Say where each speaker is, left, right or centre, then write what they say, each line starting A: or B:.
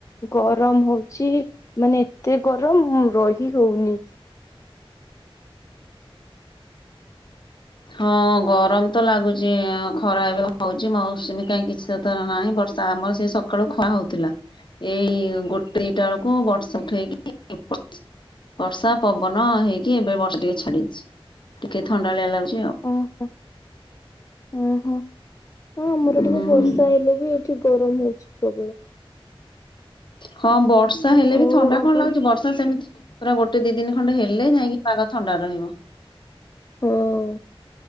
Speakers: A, on the left (about 30°); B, on the left (about 55°).
A: ଗରମ ହୋଉଛି ମାନେ ଏତେ ଗରମ ରହିହୋଉନି।
B: ହଁ ଗରମ ତ ଲାଗୁଚି ଏଁ ଖରାପ ଏବେ ହଉଚି ମୌସୁମୀ କାଇଁ କିଛି <unintelligible> ନାହିଁ ବର୍ଷା ଆମର ସେ ସକାଳୁ ଖରା ହୋଉଥିଲା ଏଇ ଗୋଟ୍ ଦିଟା ଆଳୁକୁ ବର୍ଷ <unintelligible> ବର୍ଷା ପବନ ହେଇକି ଏବେ ବର୍ଷା ଟିକେ ଛାଡିଛି ଟିକେ ଥଣ୍ଡାଳିଆ ଲାଗୁ
A: ଓହୋ ଓହୋ। ହଁ ଆମର
B: ଉଁ
A: ଟିକେ ବର୍ଷା ହେଲେ ବି ଏଠି ଗରମ ହୋଉଛି ପ୍ରବଳ।
B: ହଁ ବର୍ଷା ହେଲେ
A: ଆଉ
B: ବି ଥଣ୍ଡା
A: ଆପଣ
B: କଣ ଲାଗୁଛି ବର୍ଷା ସେମିତି ପୁରା ଗୋଟେ ଦି ଦିନ ଖଣ୍ଡେ ହେଲେ ଯାଇକି ପାଗ ଥଣ୍ଡା ରହିବ।
A: <unintelligible>